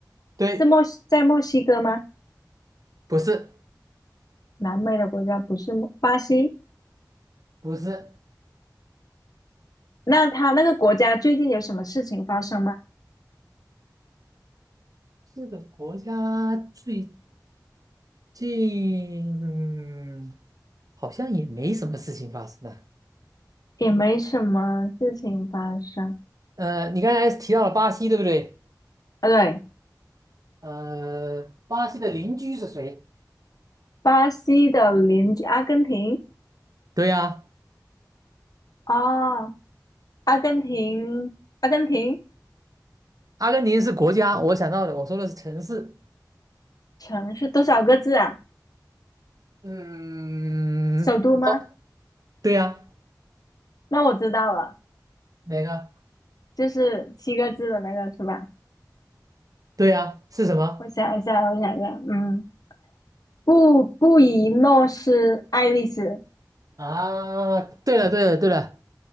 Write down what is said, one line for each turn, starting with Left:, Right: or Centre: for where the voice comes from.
Right: 对，
Left: 是墨西，在墨西哥吗？
Right: 不是，
Left: 南美的国家不是墨巴西，
Right: 不是，
Left: 那他那个国家最近有什么事情发生吗？
Right: 这个国家最近，嗯，好像也没什么事情发生啊。
Left: 也没什么事情发生。
Right: 呃，你刚才提到了巴西，对不对？
Left: 啊，对，
Right: 呃，巴西的邻居是谁？
Left: 巴西的邻居阿根廷。
Right: 对呀，
Left: 哦，阿根廷，阿根廷
Right: 阿根廷是国家，我想到的，我说的是城市。
Left: 城市多少个字啊？
Right: 嗯，
Left: 首都吗？
Right: <laughs> 对呀，
Left: 那我知道了，
Right: 哪个？
Left: 就是七个字的那个是吧？
Right: 对呀，是什么？
Left: 我想一下，我想一下，嗯，布布宜诺斯艾利斯，
Right: 啊，对了，对了，对了，